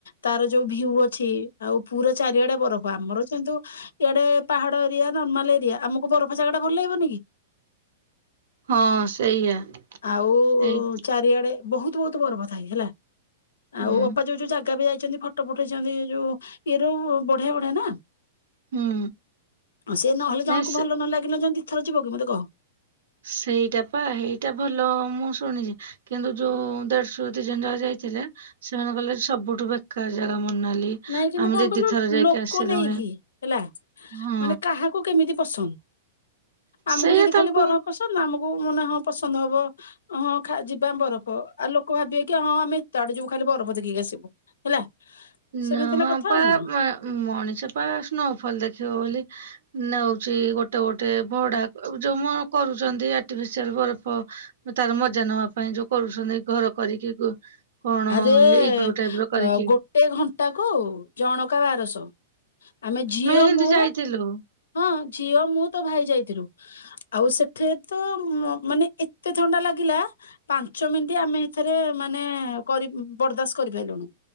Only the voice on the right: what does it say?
ହଁ ସେଇଆ।
ହେଇ
ହୁଁ
ହୁଁ
ନାଇଁ
ସେ
ସେଇଟା ପା ହେଇଟା ଭଲ ମୁଁ ଶୁଣିଚି କିନ୍ତୁ ଯୋଉ ଦେଢଶୁ ଦି ଜଣ ଯାକ ଯାଇଥିଲେ ସେମାନେ କହିଲେ ସବୁଠୁ ବେକାର ଜାଗା ମୋନାଲି।
ଆମେ
ଦି
ଦି ଥର ଯାଇକି
ଆସିଲୁଣି
ହଁ
ସେଇଆ
ତାଙ୍କୁ
ନା
ହଁ
ପା
ପା ମଣିଷ ପା ସ୍ନୋଫଲ ଦେଖିବ ବୋଲି ନଉଚି ଗୋଟେ ଗୋଟେ ଭଡା ଯୋଉ ମ୍ କରୁସନ୍ତି ଆର୍ଟିଫିସିଆଲ ବରଫ ତାର ମଜା ନେବା ପାଇଁ ଯୋଉ କରୁଚନ୍ତି ଘର କରିକି କଣ
ଇଗ୍ଲୁ ଟାଇପ ର କରିକି
ହେନ୍ତି
ଯାଇଥିଲୁ